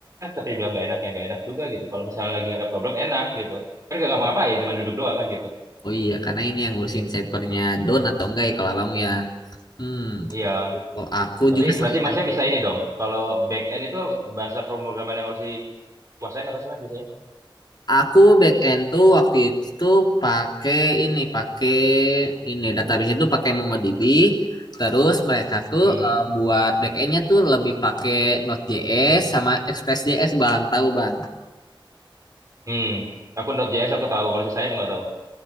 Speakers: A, on the right (about 35°); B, on the left (about 50°).
A: tapi dibilang gak enak ya gak enak juga gitu. Kalau misalnya lagi ada problem enak gitu. Kan gak ngapa-ngapain cuma duduk doang kan gitu.
B: Oh iya, karena ini yang ngurusin servernya down atau enggak ya kalau Abang ya. Hmm.
A: Iya.
B: Oh, aku
A: Tapi
B: juga
A: berarti
B: sama
A: Masnya bisa ini dong. Kalau back end itu bahasa pemrograman yang harus dikuasain apa sih Mas biasanya?
B: Aku back end tuh waktu itu pakai ini, pakai ini database itu pakai MongoDB. Terus mereka tuh
A: Hmm.
B: eh, buat back endnya tuh lebih pakai Node.js sama Express.js bang, tahu bang?
A: Hmm. Aku Node.js aku tahu. Kalau sisanya aku nggak tahu.